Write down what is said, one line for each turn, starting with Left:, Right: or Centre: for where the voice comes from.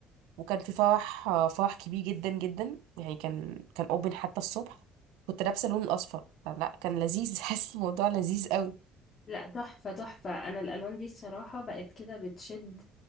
Right: وكان في فرح آه، فرح كبير جدا جدا يعني كان كان اوبن حتى الصبح كنت لابسه اللون الاصفر فلا كان لذيذ <laughs> حاسس الموضوع لذيذ قوي
Left: لا تحفه تحفه انا الالوان دي الصراحه بقت كده بتشد